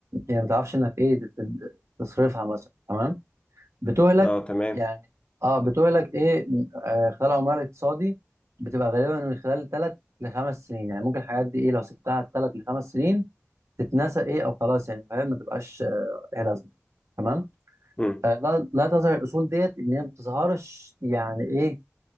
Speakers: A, on the right; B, on the left.
A: يعني ما تعرفش انك ايه تت- تصرفها مثلا تمام بتهلك
B: اه تمام
A: يعني اه بتهلك ايه م- آه خلال عمرها الاقتصادي بتبقى غالبا من خلال ثلاث لخمس سنين يعني ممكن الحاجات دي ايه لو سبتها ثلاث لخمس سنين تتنسى ايه او خلاص يعني فاهم ما تبقاش آه إيه لازمه تمام
B: مم.
A: آه لا لا تظهر الاصول ديت ان هي ما بتظهرش يعني ايه